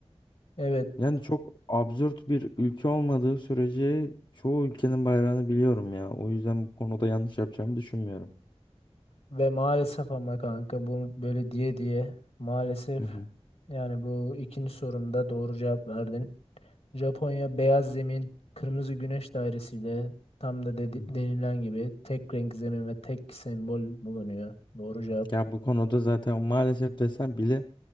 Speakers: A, on the left (about 65°); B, on the left (about 45°).
A: Evet
B: Yani çok absürt bir ülke olmadığı sürece çoğu ülkenin bayrağını biliyorum ya. O yüzden bu konuda yanlış yapacağımı düşünmüyorum.
A: ve maalesef ama kanka bu böyle diye diye maalesef
B: Hı hı.
A: yani bu ikinci sorumda doğru cevap verdin. Japonya beyaz zemin, kırmızı güneş dairesiyle tam da dedi-
B: Hı hı.
A: denilen gibi tek renk zemin ve tek sembol bulunuyor. Doğru cevap.
B: Ya bu konuda zaten maalesef desem bile